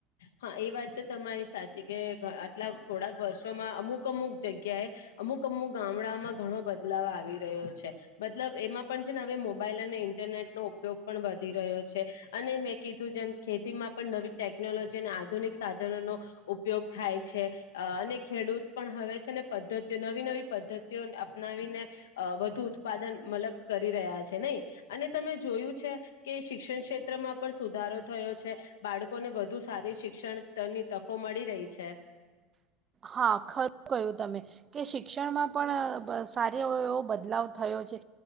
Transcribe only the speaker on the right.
હા ખરું કયું તમે. કે શિક્ષણમાં પણ પણ સાર એવ એવો બદલાવ થયો છે